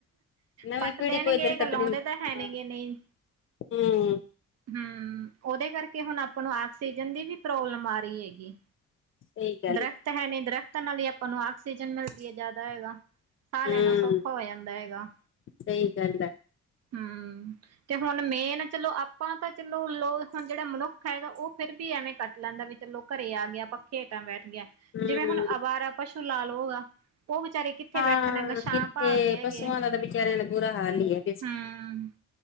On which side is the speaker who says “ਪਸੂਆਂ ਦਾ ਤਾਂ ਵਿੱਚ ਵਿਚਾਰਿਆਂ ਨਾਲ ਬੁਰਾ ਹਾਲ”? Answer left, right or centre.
Left